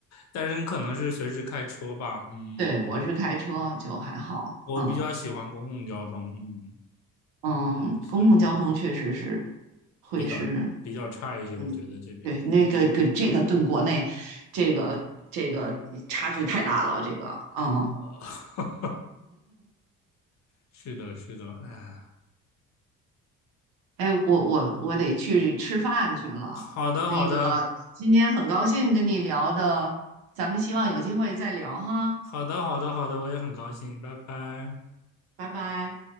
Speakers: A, on the left; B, on the right.
A: 但是你可能是随时开车吧，嗯，
B: 对，
A: 嗯
B: 我是开车，就还好。
A: 我比较喜欢公共交通，
B: 嗯
A: 嗯
B: 嗯，
A: 嗯，所以
B: 公共交通确实是会是，
A: 比较比较差一些，
B: 嗯，
A: 我觉得这边，
B: 对，那个跟这个跟国内这个这个差距太大了，
A: 嗯，
B: 这个嗯，
A: <laughs> 是的，是的，哎，
B: 哎，我我我得去吃饭去了。
A: 好的，
B: 那个今天很高兴跟你聊的，
A: 好的，
B: 咱们希望有机会再聊哈，
A: 好的，好的，好的，我也很高兴，拜拜。
B: 拜拜。